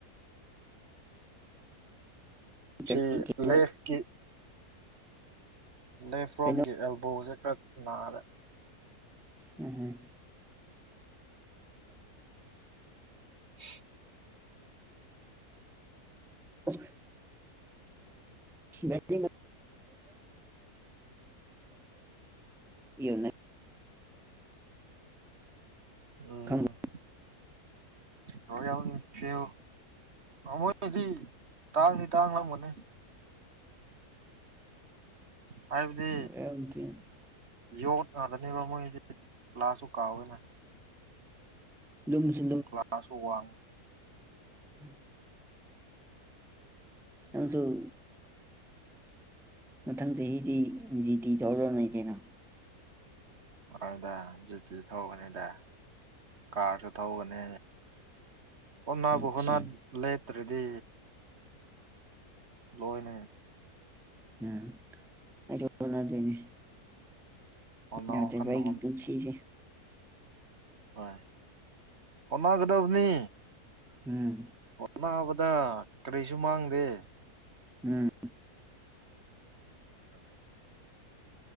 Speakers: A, on the right; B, in the centre.
A: ꯁꯤ
B: ꯒꯥꯔꯤ ꯀꯩꯅꯣ
A: ꯂꯦꯈꯀꯤ ꯂꯦꯐ ꯔꯣꯝꯒꯤ
B: ꯀꯩꯅꯣ
A: ꯑꯦꯜꯕꯣꯁꯦ ꯈꯔ ꯅꯥꯔꯦ
B: ꯎꯝ
A: <inaudible>
B: ꯑꯣ ꯁꯦ ꯗ ꯌꯣꯟꯅ
A: ꯎꯝ
B: ꯈꯪꯕ꯭ꯔꯣ
A: ꯍ ꯌꯥ ꯣꯏꯗꯤ ꯇꯥꯡꯅꯤ ꯇꯥꯡꯂꯝꯒꯅꯦ ꯍꯥꯏꯕꯗꯤ
B: ꯔꯣꯌꯦꯜ ꯏꯟꯐꯤꯜ
A: ꯌꯣ ꯅꯥꯗꯅꯦꯕ ꯃꯣꯏꯗꯤ ꯀ꯭ꯂꯥꯁꯁꯨ ꯀꯥꯎꯋꯦꯅ
B: ꯂꯨꯝꯁꯨ
A: ꯀ꯭ꯂꯥꯁꯥꯁ ꯍ ꯋꯥ
B: ꯎꯝ ꯑꯁꯨꯣ ꯃꯊꯪ ꯆꯍꯤꯗꯤ ꯖꯤꯇꯤ ꯇꯧꯔꯝꯃꯦ ꯀꯩꯅꯣ
A: ꯑꯗꯨꯗ ꯖꯤꯇꯤ ꯊꯒꯅꯤꯗ ꯀꯥꯔꯁꯨ ꯊꯒꯅꯦ ꯍꯅꯥ
B: ꯑꯠꯆꯥ
A: ꯍꯨꯅꯥ ꯂꯦꯇ ꯔꯦꯗꯤ ꯂꯣꯏꯅꯦ
B: ꯎꯝ ꯑꯩꯁꯨ ꯑꯗꯨꯅꯦ
A: ꯍꯣꯠꯅꯧ
B: ꯌꯥꯗꯦ
A: ꯀꯟꯅ
B: ꯄꯥꯏꯒꯤ ꯄꯨꯟꯁꯤꯁꯦ
A: ꯍ ꯍꯅꯥ ꯀꯗ ꯑꯅꯤ
B: ꯎꯝ
A: ꯑꯣꯟꯅꯕꯗ ꯀꯔꯤꯁꯨ ꯃꯥꯡꯗꯦ
B: ꯎꯝ